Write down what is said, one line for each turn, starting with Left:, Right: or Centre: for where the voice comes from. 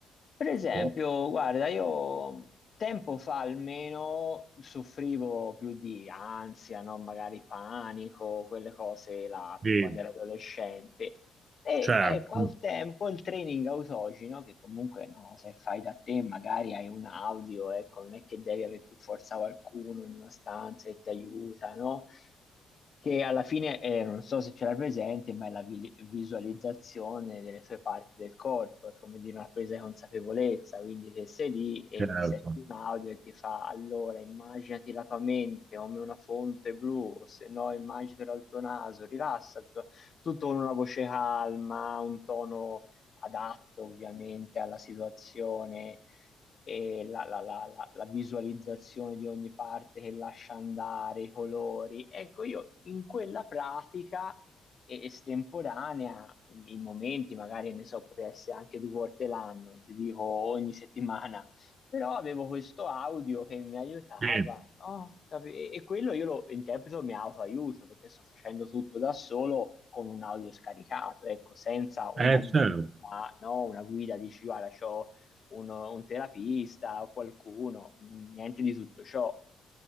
Left: Per esempio,
Right: Tipo,
Left: guarda, io tempo fa almeno soffrivo più di ansia, no? Magari panico, quelle cose là,
Right: sì,
Left: più quando ero adolescente. E
Right: certo,
Left: ecco, al tempo il training autogeno, no? che comunque no, se fai da te magari hai un audio, ecco, non è che devi avere per forza qualcuno in una stanza che ti aiuta, no? che alla fine, eh, non so se ce l'ha presente, ma è la vi- visualizzazione delle sue parti del corpo, è come dire una presa di consapevolezza, quindi se sei lì e
Right: certo.
Left: senti un audio e ti fa allora immaginati la tua mente come una fonte blu, o se no immaginatela il tuo naso, rilassa, il tuo- tutto con una voce calma, un tono adatto ovviamente alla situazione e la, la- la- la- la visualizzazione di ogni parte che lascia andare, i colori. Ecco, io in quella pratica e- estemporanea, in momenti magari, ne so, poteva essere anche due volte l'anno, ti dico ogni settimana, però avevo questo audio che mi aiutava,
Right: Sì,
Left: no? Capi- E, e quello io lo interpreto mi autoaiuto, perché sto facendo tutto da solo con un audio scaricato, ecco, senza una
Right: eh,
Left: gumma,
Right: certo.
Left: no? Una guida, dici, guarda, c'ho uno- un terapista o qualcuno, niente di tutto ciò.